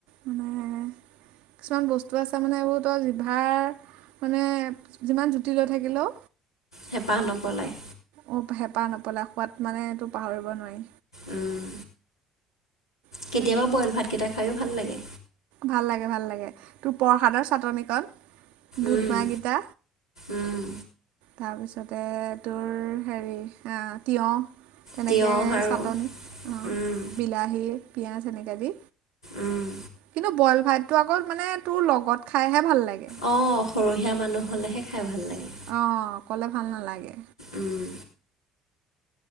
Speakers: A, on the right (about 60°); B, on the left (about 85°).
A: মানে কিছুমান বস্তু আছে মানে এইবোৰ তই জিভাৰ। মানে যিমান জুতি লৈ থাকিলেও
B: হেঁপাহ নপলায়।
A: অ হেঁপাহ নপলাই সোৱাদ মানে ইটো পাহৰিব নোৱাৰি।
B: উম,
A: সঁচাকে
B: কেতিয়াবা বইল ভাতকেইটা খায়ো ভাল লাগে।
A: ভাল লাগে ভাল লাগে তোৰ প্ৰসাদৰ চাটনিকন। বুত
B: উম,
A: মাহ গীটা।
B: উম,
A: তাৰপিছতে তোৰ হেৰি আ তিয়হ। তেনেকে
B: তিয়ঁহ আৰু
A: চাটনি অঁ
B: উম,
A: বিলাহী পিঁয়াজ এনেকৈ দি।
B: উম,
A: কিন্তু বইল ভাত টো আগত মানে তোৰ লগত খাইহে ভাল লাগে।
B: অঁ সৰহীয়া মানুহ হ'লেহে খাই ভাল লাগে।
A: অঁ অকলে ভাল নালাগে।
B: উম,